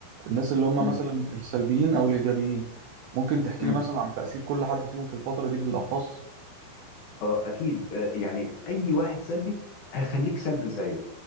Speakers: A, on the right; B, on the left.
A: الناس اللي هم
B: امم
A: مثلا السلبيين او الايجابيين ممكن تحكي
B: امم
A: لي مثلا عن تاثير كل حد فيهم في الفتره دي بالاخص
B: اه اكيد آه، يعني اي واحد سلبي هيخليك سلبي زيه